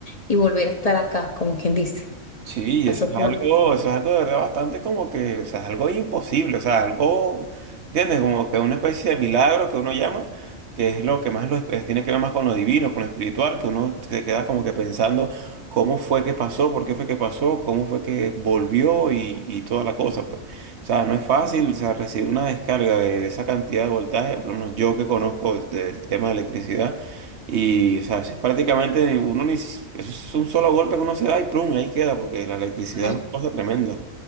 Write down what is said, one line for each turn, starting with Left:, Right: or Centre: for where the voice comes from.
Left: y volver a estar acá, como quien dice.
Right: Sí,
Left: Pasó
Right: eso es
Left: por
Right: algo,
Left: eso.
Right: eso es algo de verdad bastante como que, o sea, es algo imposible, o sea, algo, ¿entiendes? Como que una especie de milagro que uno llama, que es lo que más lo, es- tiene que ver más con lo divino, con lo espiritual, que uno se queda como que pensando cómo fue que pasó, por qué fue que pasó, cómo fue que volvió y, y toda la cosa, pues. O sea, no es fácil, o sea, recibir una descarga de, de esa cantidad de voltaje, por lo menos yo que conozco del tema de electricidad. Y, o sea, es prácticamente uno ni, si- eso es un solo golpe que uno se da y plum, y ahí queda, porque la electricidad
Left: Bueno,
Right: es una cosa tremenda.